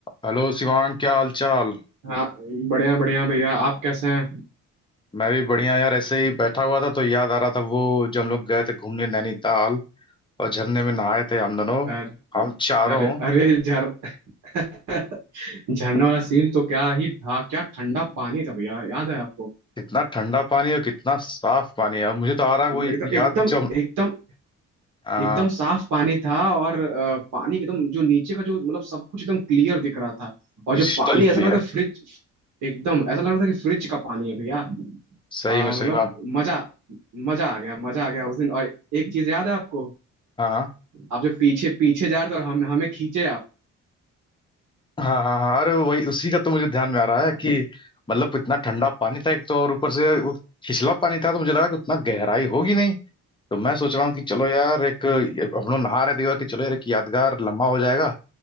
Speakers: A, on the left; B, on the right.
A: Hello Shivang क्या हाल चाल
B: हाँ बढ़िया बढ़िया भैया आप कैसे हैं
A: मैं भी बढ़िया यार ऐसे ही बैठा हुआ था तो याद आ रहा था वो जब हम लोग गए थे घूमने नैनीताल और झरने में नहाए थे हम दोनों
B: अरे
A: हम चारों
B: अरे अरे झर <laughs> झरने वाला सीन तो क्या ही था क्या ठंडा पानी था भैया याद है आपको
A: कितना ठंडा पानी और कितना साफ पानी है और मुझे तो आ रहा है वो
B: मतलब
A: याद
B: एकदम एकदम
A: जब
B: एकदम
A: हाँ
B: एकदम साफ पानी था और अ, पानी एकदम जो नीचे का जो मतलब सब कुछ एकदम क्लियर दिख रहा था और
A: क्रिस्टल
B: जो पानी ऐसा
A: क्लियर
B: लग रहा था फ्रिज एकदम ऐसा लग रहा था कि फ्रिज का पानी है भैया अ,
A: सही में सही
B: मतलब
A: में हाँ
B: मजा मजा आ गया मजा आ गया उस दिन और एक चीज याद है आपको
A: हाँ
B: आप जो पीछे पीछे जा रहे थे और हम हमें खींचे आप
A: हाँ हाँ हाँ अरे वही उसी का तो मुझे ध्यान में आ रहा है कि मतलब इतना ठंडा पानी था एक तो और ऊपर से वो छिछला पानी था तो मुझे लगा कि उतना गहराई होगी नहीं, तो मैं सोच रहा हूँ कि चलो यार एक हम लोग नहा रहे थे कि चलो यार एक यादगार लम्हा हो जाएगा